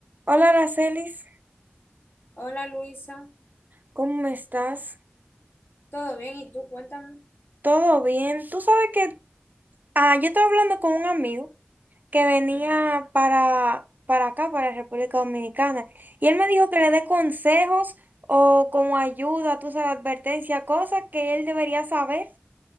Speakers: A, on the right; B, on the left.
A: Hola, Aracelis,
B: Hola Luisa,
A: ¿cómo estás?
B: ¿todo bien? ¿Y tú? Cuéntame.
A: ¿Todo bien? Tú sabes que ah, yo estaba hablando con un amigo que venía
B: Ujú.
A: para, para acá, para República Dominicana, y él me dijo que le dé consejos o como ayuda, tú sabes, advertencia, cosas que él debería saber